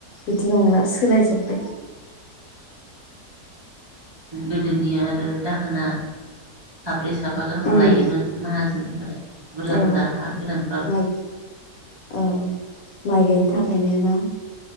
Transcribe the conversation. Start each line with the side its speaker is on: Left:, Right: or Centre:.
Left: बिदि नंला सोलायजोब्बाय
Right: गोदोनि आरो दाहोना साब्रै साबा गाहाम
Left: उम
Right: लायोमोन माहाजोनफोरा बुरजा
Left: औ
Right: बुरजा हा। गोनांफ्रा
Left: माइ औ माइ गायनो था खायनोना।